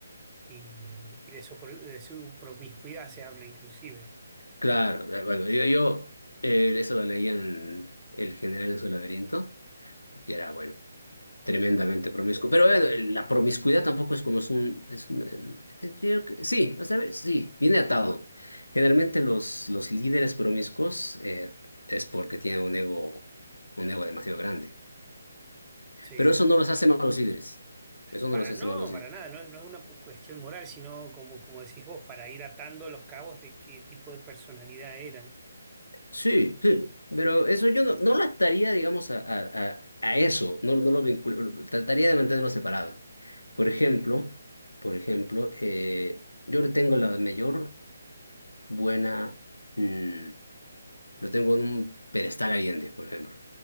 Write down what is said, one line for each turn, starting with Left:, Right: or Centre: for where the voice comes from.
Right: y, y de su, pro- de su promiscuidad se habla inclusive.
Left: claro. eh, Bueno, yo, yo eh, eso lo leí en El General en su laberinto, que era, bueno, tremendamente promiscuo. Pero eh, la promiscuidad tampoco es como es un... Es un, eh, eh, creo que, sí, o sea, ve- sí, viene atado. Generalmente los, los líderes promiscuos eh, es porque tienen un ego, un ego demasiado grande.
Right: Sí.
Left: Pero eso no los hace malos líderes. Eso
Right: Para
Left: no los hace
Right: no,
Left: malos
Right: para nada, no, no es una pu- cuestión moral, sino como, como decís vos, para ir atando los cabos de qué tipo de personalidad eran.
Left: Sí, sí, pero eso yo no, no lo ataría, digamos, a, a, a- a eso, no, no lo vinculo, lo- trataría de mantenerlo separado. Por ejemplo, por ejemplo, eh, yo le tengo la mayor buena, mm, lo tengo en un pedestal Allende, por ejemplo,